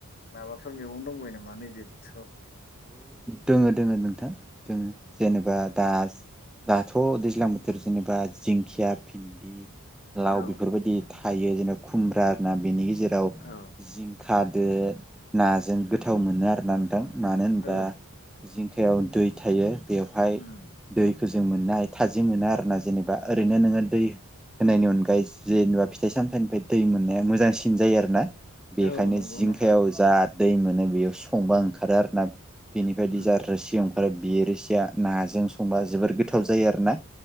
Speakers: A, on the left; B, in the centre.
A: माबाफोर मैगं दंबावयो नामा। बेबायदि बोथोराव।
B: दंङ दंङ नोंथां दङ जेनेबा दा दाथ दैज्लां बोथोर जेनेबा जिंखिया भिन्दि। लाव
A: औ
B: बेफोरबायदि। थायो जेनेबा खुम्ब्रा आरो ना बेनि गेजेराव। जेराव
A: औ
B: जिंखाजों। नाजों गोथाव मोनो आरो। नोंथां मानो होनबा।
A: औ
B: जिंखायाव दै थायो। बेवहाय
A: उम
B: दै। दैजों मोननाय थाजिम मोनो आरो ना जेनेबा ओरैनो नोंङो दै होनायनि अनगायै जेनेबा फिथाइ सामथायाइनिफ्राय दै मोननाया मोजांसिन जायो आरो ना। बेखायनो
A: औ नंगौ
B: जिंखायाव
A: नोंथां
B: जा। दै मोनो बेयाव संबा ओंखारो आरो ना। बेनि बायदि
A: उम
B: जा रोसि ओंखारो। आरो बे रोसिया नाजों संबा जोबोर गोथाव जायो आरोना।